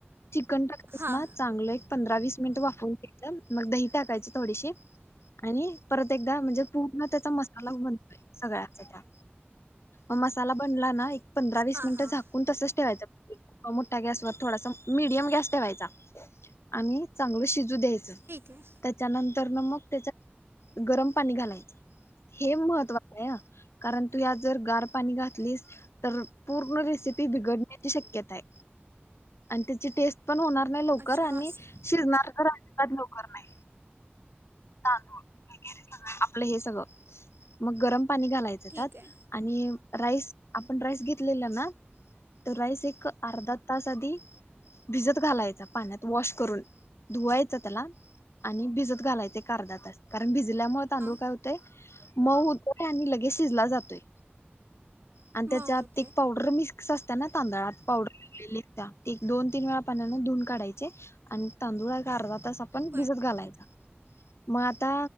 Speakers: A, on the left (about 85°); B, on the right (about 65°).
A: चिकन टाकलयस
B: हां
A: ना चांगलय पंधरा वीस मिनिट वाफवून द्यायच मग दही टाकायची थोडीशी आणि परत एकदा म्हणजे पूर्ण त्याचा मसाला बनतोय सगळ्याचा त्या म मसाला बनला ना ए पंधरा वीस
B: हां
A: मिंट
B: हां
A: झाकून तसच ठेवायचं अ मोठ्ठा गॅसवर थोडासा मिडियम गॅस ठेवायचा आणि चांगल शिज तु देयाच्या
B: ठीक आहे
A: त्याच्यानंतर तर ना मग त्याच्यात गरम पाणी घालायचं हे महत्त्वाचं कारण आहे तू यात जर गार पाणी घातलीस तर पूर्ण रेसिपी बिगड त्याची शक्यता आहे आणि त्याची टेस्ट पण होणार नाय लवकर
B: अच्छा
A: आणि
B: असं
A: शिजनार तर आजिबात लवकर नाही टाकून आपलं हे सगळं मग गरम पाणी घालायचा
B: ठीक
A: त्याात
B: आहे
A: आणि राइस आपण राइस घेतलेला ना तर राइस एक आर्धा तास आधी भिजत घालायचा पाण्यात वॉश करून धुवायचा त्याला आणि भिजत घालायचा आर्धा तास कारण भिज जिल्यामुळ तांदूळ
B: हां
A: काय होतेय म होतोय आणि लगेच शिजला जातोय आणि त्याच्यात
B: मग होते
A: तीक पावडर मिस्क सस्त्या ना तांदळात पावडर लागलेली त्या एक, दोन, तीन वेळा पानाने धुून काढायचे आणि तांदुळ गारवा तस पण
B: होय
A: भिजत घालायचा म आता